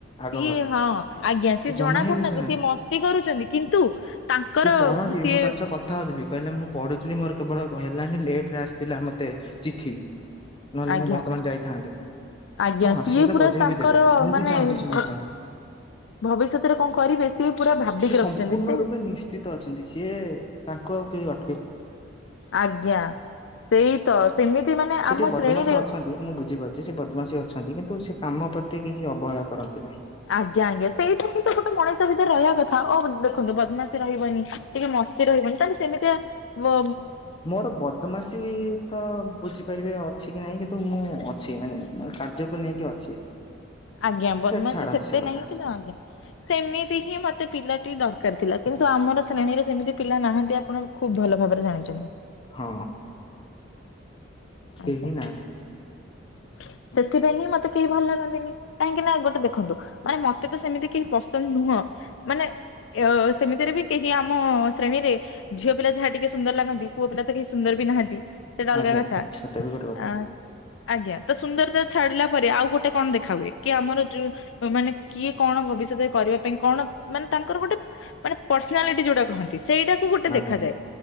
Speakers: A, on the left (about 25°); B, on the left (about 70°).
A: ଆଗଭର
B: ସିଏ ହଁ ଆଜ୍ଞା ସିଏ
A: ସେ
B: ଜଣା
A: ଜମା ହିଁ
B: ପଡୁନାହାନ୍ତି
A: ମିଶୁନାହାନ୍ତି।
B: ସିଏ ମସ୍ତି କରୁଛନ୍ତି କିନ୍ତୁ ତାଙ୍କର
A: ସିଏ ପଢନ୍ତି
B: ସିଏ
A: ମୁଁ ତାଙ୍କ ସହ କଥା ହଉଥିଲି କହିଲେ ମୁଁ ପଢୁଥିଲି ମୋର କେବଳ ଘ ହେଲାନି ଲେଟରେ ଆସିଥିଲା ମତେ ଚିଠି। ନହେଲେ
B: ଆଜ୍ଞା
A: ମୁଁ ବର୍ତ୍ତମାନ ଯାଇଥାନ୍ତି।
B: ଆଜ୍ଞା
A: ହଁ ସିଏ ତ
B: ପୁରା
A: ବଜେଇ
B: ତାଙ୍କର
A: ବିି ଦେବେ। ମୁଁ
B: ମାନେ
A: ବି ଚାହୁଁଛି ସେ
B: ଭ
A: ଜିତନ୍ତୁ।
B: ଭବିଷ୍ୟତରେ କଣ କରିବେ ସିଏ ପୁରା ଭାବିକି
A: ସେ
B: ରଖିଛନ୍ତି
A: ସମ୍ପୂର୍ଣ୍ଣ
B: ସେ
A: ରୂପେ ନିଶ୍ଚିତ ଅଛନ୍ତି ସିଏ ତା ଙ୍କୁ ଆଉ କିଏ ଅ
B: ଆଜ୍ଞା ସେଇ ତ। ସେମିତି ମାନେ
A: ସେ
B: ଆମ
A: ଟିକେ ବଦମାସ
B: ଶ୍ରେଣୀରେ
A: ଅଛନ୍ତି ମୁଁ ବୁଝିପାରୁଛି ସେ ବଦମାସୀ ଅଛନ୍ତି କିନ୍ତୁ ସେ କାମ ପ୍ରତି କିଛି ଅବହେଳା କରନ୍ତି ନାହିଁ।
B: ଆଜ୍ଞା ଆଜ୍ଞା ସେଇଟା ହିଁ ତ ଗୋଟେ ମଣିଷ ଭିତରେ ରହିବା କଥା ଓ ଦେଖନ୍ତୁ ବଦମାସୀ ରହିବନି ଟିକେ ମ ସ୍ତି ରହିବନି ତାହେଲେ ସେମିତିଆ ବ
A: ମୋର ବଦମାସୀ ତ ବୁଝିପାରିବେ ଅଛି କି ନାଇଁ କି ମୁଁ ଅଛି ମାନେ ମୋ କାର୍ଯ୍ୟକୁ ନେଇକି ଅଛି।
B: ଆଜ୍ଞା ବଦ୍ମାସୀ
A: ଖେ- ଛାଡନ୍ତୁ
B: ସେତେ
A: ସେ କଥା
B: ନାହିଁ କିନ୍ତୁ ଆଜ୍ଞା ସେମିତି ହିଁ ମତେ ପିଲାଟି ଦରକାର ଥିଲା। କିନ୍ତୁ ଆମର ଶ୍ରେଣୀରେ ସେମିତି ପିଲା ନାହାନ୍ତି ଆପଣ ଖୁବ୍ ଭଲ ଭାବରେ ଜାଣିଛନ୍ତି।
A: ହଁ। କେହି
B: ଆଜ୍ଞା
A: ନାହାନ୍ତି।
B: <inaudible> ସେଥିପାଇଁ ହିଁ ମତେ କେହି ଭଲ ଲାଗନ୍ତିନି। କାହିଁକି ନା ଗୋଟେ ଦେଖନ୍ତୁ ମାନେ ମତେ ତ ସେମିତି କେହି ପସନ୍ଦ ନୁହଁ। ହଁ ମାନେ ଅ ସେମିତିରେ ବି କେହି ଆମ ଶ୍ରେଣୀରେ ଝିଅ ପିଲା ଯାହା ଟିକେ ସୁନ୍ଦର ଲାଗନ୍ତି। ପୁଅ ପିଲା ତ କେହି ସୁନ୍ଦର ବି ନାହାନ୍ତି। ସେଇଟା ଅଲଗା
A: ଆଜ୍ଞା
B: କଥା।
A: ସେଟା ବି ଗୋଟେ କଥା।
B: ଆ ଆଜ୍ଞା ତ ସୁନ୍ଦରତା ଛାଡିଲା ପରେ ଆଉ ଗୋଟେ କଣ ଦେଖା ହୁଏ କି ଆମର ଯୋଉ ମାନେ କିଏ କଣ ଭବିଷ୍ୟତରେ କରିବା ପାଇଁ କଣ ମାନେ ତାଙ୍କର ଗୋଟେ ମାନେ ପର୍ସନାଲିଟି ଯୋଉଟା କହନ୍ତି। ସେଇଟାକୁ ଗୋଟେ
A: ଆଜ୍ଞା
B: ଦେଖାଯାଏ